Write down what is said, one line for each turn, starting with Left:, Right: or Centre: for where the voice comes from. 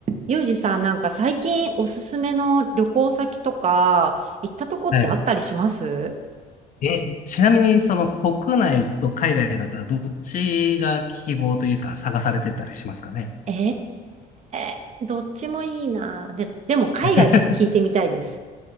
Right: ゆうじさん、なんか最近おすすめの旅行先とか、行ったとこってあったりします
Left: はい。え、ちなみに、その国内と海外だったらどっちが希望というか探されてたりしますかね。
Right: ええー、どっちもいいな。で、でも海外ちょっと聞いてみたいです。
Left: <laughs>